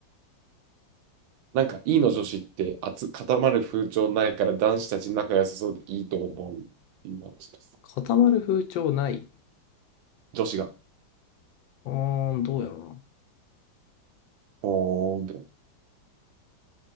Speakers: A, on the right (about 85°); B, on the left (about 80°).
A: なんか E の女子って熱固まる風潮ないから男子たち仲良さそうでいいと思うっていう話です。
B: 固まる風潮ない。
A: 女子が、
B: うーん、どうやろ
A: ほーんって。